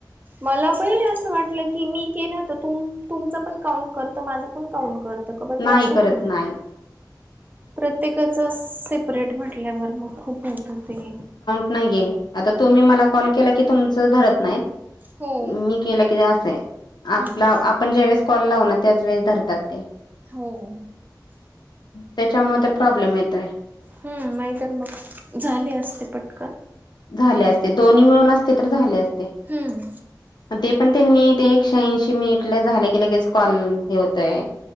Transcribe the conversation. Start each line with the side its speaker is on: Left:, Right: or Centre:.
Right: मला पहिले असं वाटलं की मी केलं तर तुमच पण काउंट करत माझं पण काउंट करत पण ते
Left: नाही
Right: असं
Left: करत
Right: नाहीे
Left: नाही
Right: प्रत्येकाचा सेपरेट म्हटल्यावर मग खूप होत हो ते
Left: नाहीे आता तुम्ही मला कॉल केला की तुमच धरत नाही
Right: हो
Left: मी केलं कि असंय आपला
Right: हम्म
Left: आपण ज्या वेळेस कॉल लावू ना त्याच वेळेस धरतात ते
Right: हो.
Left: त्याच्यामुळे तर प्रॉब्लेम येतय
Right: हम् नाहीतर मग झाली असते पटकन
Left: झाले असते दोन्ही मिळून असते तर झाले असते.
Right: हम्म
Left: ते पण ते मेंट एकशे ऐंशी मेंटला झालं की लगेच कॉल हे होतय